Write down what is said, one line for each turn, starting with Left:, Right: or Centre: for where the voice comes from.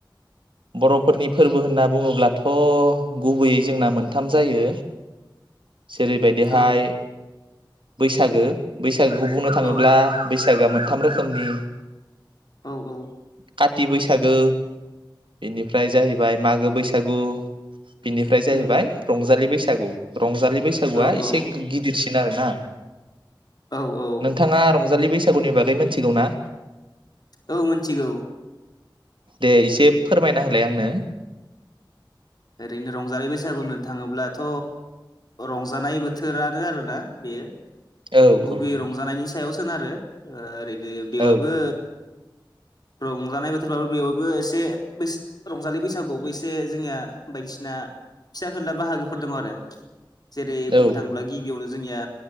Right: बर'फोरनि फोरबो होनना बुङोब्लाथ' गुबैयै जोंना मोनथाम जायो। जेरैबायदिहाय
Left: औ
Right: बैसागो बैसाग बैसागोखौ बुंनो थाङोब्ला
Left: औ
Right: बैसागोआ मोनथाम रोखोमनि
Left: औ औ
Right: काथि बैसागो बेनिफ्राय जाहैबाय मागो बैसागु बिनिफ्राय
Left: उम
Right: जाहैबाय रंजालि बैसाग सागु रंजालि बैसागुआ
Left: औ
Right: एसे
Left: औ
Right: गिदिर सिन आरो ना
Left: औ औ
Right: नोंथाङा रं जालि बैसागुनि बागै मिथिगौ ना?
Left: औ मिथिगौ
Right: दे इसे फोरमायना होलाय आंनो ‌
Left: ओरैनो रंजालि बैसागु होन थाङोब्लाथ' रंजानाय बोथोरानो आरोना बेयो
Right: औ
Left: गुबै
Right: औ
Left: रंजानायनि सायावसो आरो ओरै बे बेवायबो
Right: औ
Left: रंजानाय बोथोरबो बेवबो एसे रंजालि बैसागुबो एसे जोंनिया बायदिसिना फिसाफोरला बाहागोफोर दङ' आरो जेरै बुंनो
Right: औ
Left: थाङोब्ला गिबियावनो जों जोंनिया